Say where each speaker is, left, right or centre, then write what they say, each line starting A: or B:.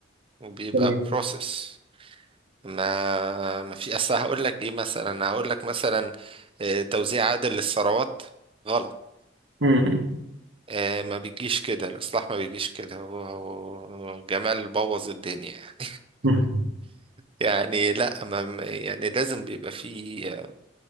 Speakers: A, on the right; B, on the right.
A: وبيبقى
B: تمام
A: بروسيس ما ما في اصل هقول لك ايه مثلا هقول لك مثلا آه، توزيع عادل للثروات غلط
B: امم
A: آه ما بيجيش كده الإصلاح ما بيجيش كده هو هو جمال بوظ الدنيا يعني.
B: أمم.
A: يعني لا ما ما- يعني لازم بيبقى فيه